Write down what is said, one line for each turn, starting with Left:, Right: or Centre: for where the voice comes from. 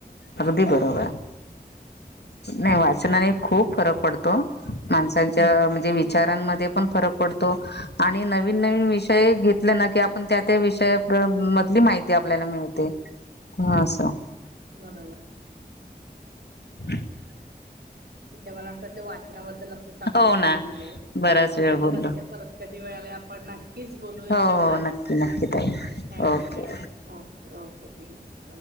Left: अगदी बरोबर
Right: असंच असतं.
Left: नाही वाचनाने खूप फरक पडतो. माणसांच्या म्हणजे
Right: हम्म,
Left: विचारांमध्ये पण फरक पडतो आणि नवीन नवीन विषय घेतले ना की आपण त्या त्या विषयामधली माहिती ते आपल्याला मिळते ह अस
Right: बरोबर
Left: हम् <unintelligible>
Right: ति मला <unintelligible> असतं ते वाचनाबद्दल चांगलंच
Left: हो ना
Right: भरलेलं <unintelligible> आहे
Left: बराच वेळ बोललो
Right: कार <unintelligible> परत कधी वेळाला आपण नक्कीच बोलू याच्यावर
Left: हो हो नक्की नक्की ताई
Right: okay thank you
Left: okay
Right: madam okay okay thanks